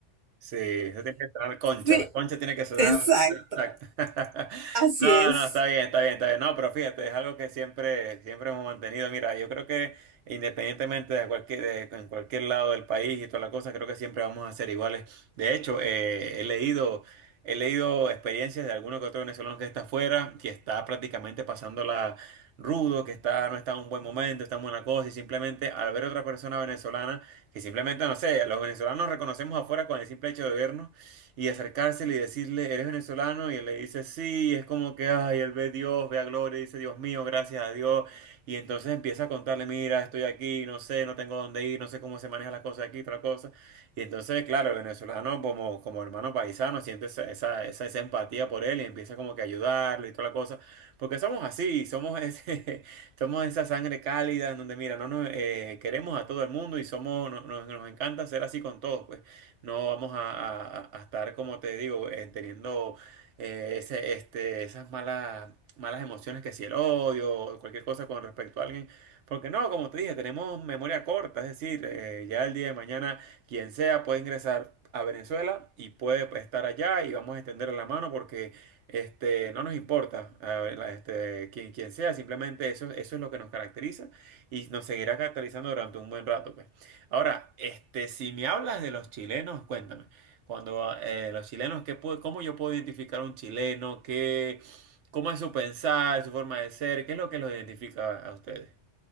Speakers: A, on the right; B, on the right.
A: Sí, eso tiene que sonar concha,
B: Sí,
A: las conchas tiene que sonar
B: exacto.
A: perfecta. <laughs>
B: Así
A: No,
B: es.
A: no, está bien, está bien, está bien. No, pero fíjate, es algo que siempre, siempre hemos mantenido. Mira, yo creo que independientemente de cualquier, de- en cualquier lado del país y toda la cosa, creo que siempre vamos a ser iguales. De hecho, eh, he leído, he leído experiencias de alguno que otro venezolano que está afuera, que está prácticamente pasándola rudo, que está, no está en un buen momento, está en buena cosa, y simplemente al ver otra persona venezolana que simplemente, no sé, los venezolanos reconocemos afuera con el simple hecho de vernos y acercársele y decirle, eres venezolano, y él le dice, sí, y es como que, ay, él ve Dios, ve a Gloria, y dice, Dios mío, gracias a Dios, y entonces empieza a contarle, mira, estoy aquí, no sé, no tengo dónde ir, no sé cómo se manejan las cosas aquí, otra cosa, y entonces, claro, el venezolano como, como hermano paisano siente esa, esa, esa, esa empatía por él y empieza como que a ayudarlo y toda la cosa, porque somos así, somos ese... <laughs> Somos esa sangre cálida en donde, mira, no nos eh, queremos a todo el mundo y somos, no- nos, nos encanta ser así con todos, pues no vamos a, a- a estar, como te digo, eh, teniendo eh, ese, este, esas malas, malas emociones que si el odio o cualquier cosa con respecto a alguien. Porque no, como te dije, tenemos memoria corta, es decir, eh, ya el día de mañana quien sea puede ingresar a Venezuela y puede estar allá y vamos a extender la mano porque... Este, no nos importa, a ver, la- este, quien, quien sea, simplemente eso, eso es lo que nos caracteriza y nos seguirá caracterizando durante un buen rato, pues. Ahora, este, si me hablas de los chilenos, cuéntame, cuando eh, los chilenos, ¿qué puedo- cómo yo puedo identificar a un chileno? ¿Qué, cómo es su pensar, su forma de ser? ¿Qué es lo que los identifica a ustedes?